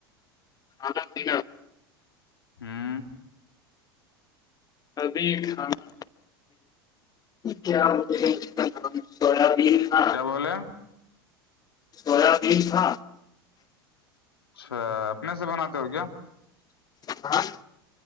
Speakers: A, on the left; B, on the left.
A: ہاں یک <unintelligible>
B: ہوں
A: ابھی کھانا کیا مج سولہ بھیین ہاں
B: کیا بولے
A: سویا بین تھا
B: اچھا اپنے سے بناتے ہو کیا
A: ہاں